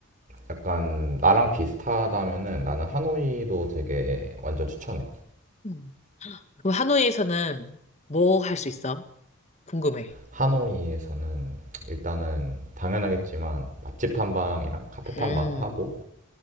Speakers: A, on the right; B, on the left.
A: 약간 나랑 비슷하다면은 나는 하노이도 되게 완전 추천해.
B: 음. 그럼 하노이에서는 뭐 할 수 있어? 궁금해.
A: 하노이에서는 일단은 당연하겠지만 맛집 탐방이랑 카페 탐방
B: 음.
A: 하고